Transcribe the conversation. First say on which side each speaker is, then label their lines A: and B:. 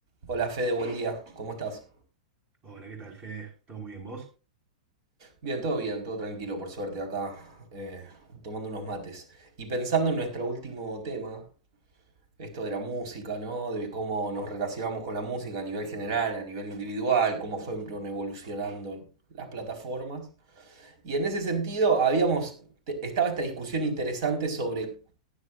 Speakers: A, on the right; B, on the right.
A: Hola Fede, buen día, ¿cómo estás?
B: Hola, ¿qué tal, Fede? ¿Todo muy bien, vos?
A: Bien, todo bien, todo tranquilo, por suerte, acá eh, tomando unos mates. Y pensando en nuestro último tema, esto de la música, ¿no? De cómo nos relacionamos con la música a nivel general, a nivel individual, cómo fueron evolucionando las plataformas. Y en ese sentido, habíamos, te- estaba esta discusión interesante sobre,